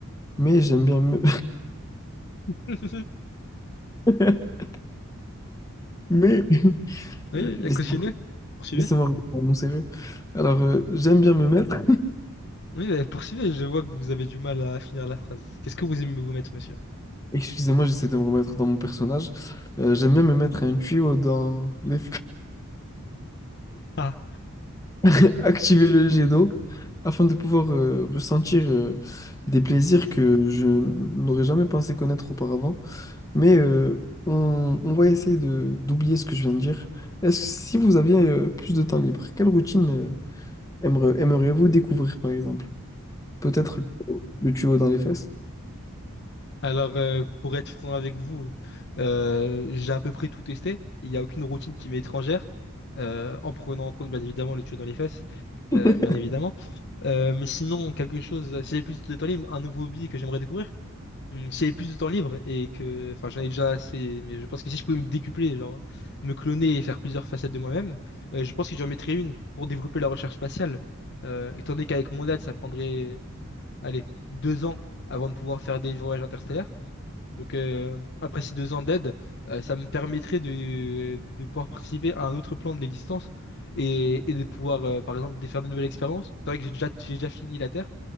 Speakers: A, on the left; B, on the left.
A: mais j'aime bien me...
B: <laughs>
A: <laughs> Mais, <laughs>
B: Oui,
A: laisse-
B: il a Poursuivez.
A: laissez-moi reprendre mon sérieux. Alors, euh, j'aime bien me mettre.
B: Oui, bah, poursuivez, je vois que vous avez du mal à finir la phrase. Qu'est-ce que vous aimez vous mettre, monsieur?
A: Excusez-moi, j'essaie de me remettre dans mon personnage. Euh, j'aime bien me mettre un tuyau dans les...
B: Ah.
A: <laughs> activer le jet d'eau afin de pouvoir euh, ressentir euh, des plaisirs que je n'aurais jamais pensé connaître auparavant. Mais euh, on, on va essayer de d'oublier ce que je viens de dire. Est-ce si vous aviez euh, plus de temps libre, quelle routine euh, aimer- aimeriez-vous découvrir par exemple? Peut-être le tuyau dans les fesses?
B: Alors, euh, pour être franc avec vous, euh, j'ai à peu près tout testé. Il n'y a aucune routine qui m'est étrangère, euh, en prenant en compte, bien évidemment, le tuyau dans les fesses,
A: <laughs>
B: euh, bien évidemment. Euh, mais sinon, quelque chose, si j'ai plus de temps libre, un nouveau hobby que j'aimerais découvrir. Hum, Si j'avais plus de temps libre et que, enfin, j'en ai déjà assez, mais je pense que si je pouvais me décupler, genre, me cloner et faire plusieurs facettes de moi-même, euh, je pense que j'en mettrais une pour développer la recherche spatiale. Euh, étant donné qu'avec mon date, ça prendrait, allez, deux ans avant de pouvoir faire des voyages interstellaires. Donc euh, après ces deux ans d'aide, euh, ça me permettrait de, de pouvoir participer à un autre plan de l'existence et, et de pouvoir, euh, par exemple, de faire de nouvelles expériences. C'est vrai que j'ai déjà, j'ai déjà fini la Terre.